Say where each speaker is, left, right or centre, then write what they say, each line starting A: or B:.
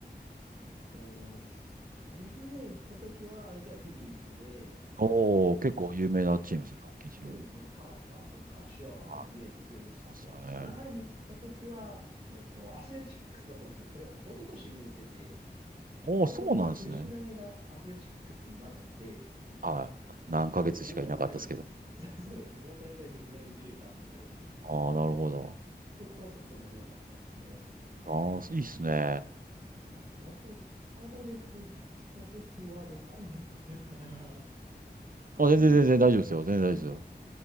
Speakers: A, on the right (about 35°); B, on the right (about 55°).
A: <laughs> えっと、LA 行った時は、相手はフィリーズで、
B: おお、
A: えっ
B: 結構有名なチームですね。
A: と、
B: 大きいチームで。
A: そうですね。ハーパーとかシュワバーとか見れてすごい良かったのと、
B: あ、そうですよね。
A: アナハイム行った時は、えっと、アスレチックスだったんですけど、それを一昨年見に行ってて、
B: おお、
A: ちょうどあの、
B: そうなんですね。
A: 藤浪がアスレチックスにまだいて、
B: はい。何ヶ月しかいなかったですけど。
A: で、大谷対、<laughs> そうですね、大谷対藤浪見れたんで、
B: ああ、なるほど。
A: そこはちょっと面白かったですね。
B: ああ、いいっすね。
A: はい。であと、パドレス行った時はどこだったかな
B: あ、全然全然大丈夫ですよ。
A: パドレスやったけど相手、
B: 全然大丈夫ですよ。